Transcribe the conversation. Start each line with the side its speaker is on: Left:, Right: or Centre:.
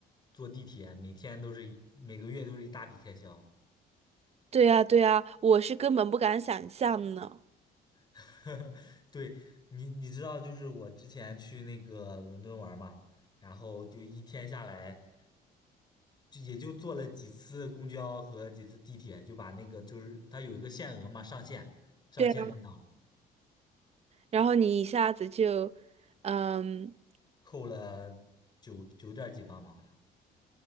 Left: 坐地铁每天都是一每个月都是一大笔开销。
Right: 对呀，对呀，我是根本不敢想象呢。
Left: <laughs> 对，你你知道，就是我之前去那个伦敦玩嘛，然后就一天下来，就也就坐了几次公交和几次地铁，就把那个就是它有一个限额嘛，上限上限能到，
Right: 对啊，然后你一下子就，嗯。
Left: 扣了九九点儿几磅嘛，好像